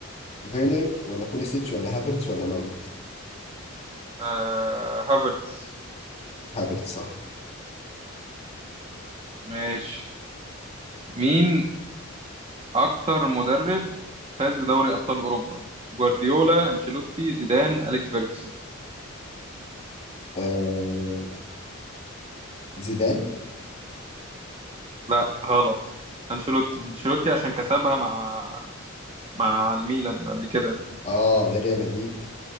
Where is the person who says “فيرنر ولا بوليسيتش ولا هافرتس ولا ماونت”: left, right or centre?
Left